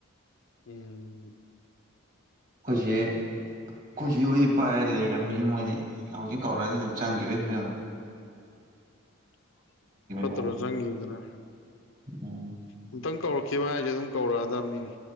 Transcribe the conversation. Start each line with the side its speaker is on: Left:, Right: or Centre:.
Left: ꯎꯝ
Right: ꯑꯩꯏꯁ ꯑꯩꯈꯣꯏꯁꯨ ꯑꯣꯏꯗꯤ ꯄꯥꯏ ꯂꯩꯔꯝꯃꯤꯅꯦ ꯃꯣꯏꯗꯤ ꯍꯧꯖꯤꯛ ꯀꯧꯔꯛꯑꯗꯤ ꯑꯗꯨꯝ ꯆꯪꯈꯤꯕꯒꯤ ꯐ
Left: <inaudible> ꯐꯠꯇꯣ
Right: ꯃꯑꯣꯡ
Left: ꯆꯪ ꯑꯗꯨꯗꯨꯅ
Right: ꯎꯝ
Left: ꯑꯃꯨꯛꯇꯪ ꯀꯧꯔꯛꯈꯤꯕ ꯍꯥꯏꯁꯦ ꯑꯗꯨꯝ ꯀꯧꯔꯛꯑꯗꯕꯅꯤꯅꯤ